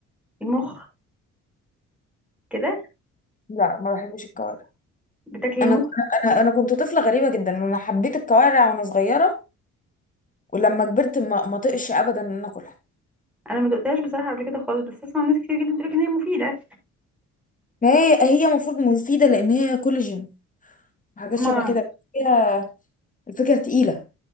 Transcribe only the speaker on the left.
لا ما بحبش الكوارع
انا
كن- انا انا كنت طفله غريبه جدا انا حبيت الكوارع وانا صغيره ولما كبرت ما ما طقش ابدا ان انا اكلها
ما هي هي المفروض مفيده لان هي كولاجين حاجات
شبه كده بس هي الفكره تقيله